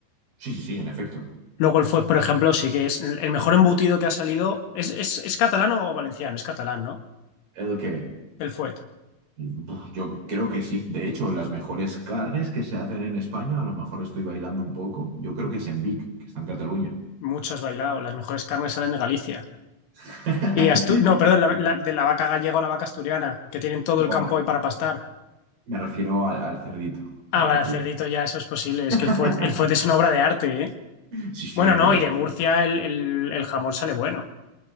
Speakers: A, on the right; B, on the left.
A: Sí, sí, sí, en efecto.
B: Luego el fuet, por ejemplo, sí que es el mejor embutido que ha salido. ¿Es, es, es catalán o valenciano? Es catalán, ¿no?
A: Es lo que
B: El fuet.
A: buf, yo creo que sí. De hecho, las mejores carnes que se hacen en España, a lo mejor estoy bailando un poco, yo creo que es en Vic, que está en Cataluña.
B: Mucho has bailado. Las mejores carnes salen de Galicia.
A: <laughs>
B: Y de Astur... No, perdón, la- la- de la vaca gallega o la vaca asturiana, que tienen todo
A: Bueno,
B: el campo ahí para pastar.
A: Me refiero al, al cerdito, al
B: Ah, vale,
A: cerdito.
B: el cerdito ya eso es posible. Es
A: <laughs>
B: que el fuet, el fuet es una obra de arte, ¿eh?
A: Sí, sí,
B: Bueno,
A: lo
B: no,
A: es.
B: y de Murcia el, el, el jamón sale bueno.